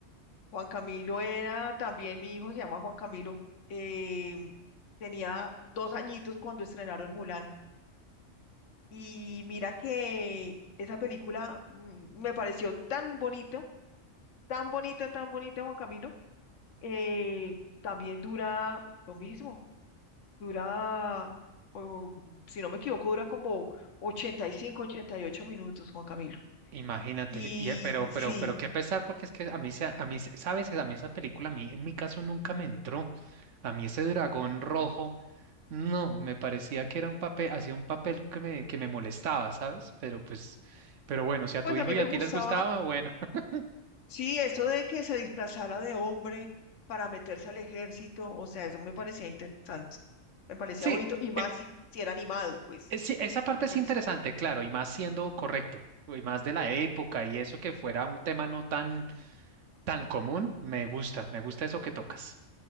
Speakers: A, on the left; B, on the right.
A: Juan Camilo era también mi hijo, se llama Juan Camilo. eh, tenía dos añitos cuando estrenaron Mulan. Y mira que esa película mm, me pareció tan bonito, tan bonita, tan bonita, Juan Camilo. eh, también dura lo mismo, dura, oh, si no me equivoco, dura como ochenta ochenta y cinco, ochenta y ocho minutos, Juan Camilo.
B: Imagínate,
A: Y
B: y, eh, pero,
A: sí,
B: pero, pero qué pesar, porque es que a mí, se- a mí, se- sabes, a mí esa película, a mí, en mi caso nunca me entró. A mí ese dragón rojo, no, me parecía que era un papel, hacía un papel que me, que me molestaba, ¿sabes? Pero pues, pero bueno, si a tu
A: pues
B: hijo
A: a mí
B: y
A: me
B: a
A: gustaba,
B: ti les gustaba, bueno. <laughs>
A: sí, eso de que se disfrazara de hombre para meterse al ejército, o sea, eso me parecía interesante, me parecía
B: Sí,
A: bonito, y más
B: eh,
A: si, si era animado, pues,
B: Eh, Sí, esa parte
A: me
B: es
A: pareció.
B: interesante, claro, y más siendo correcto, y más de la época y eso que fuera un tema no tan, tan común, me gusta, me gusta eso que tocas.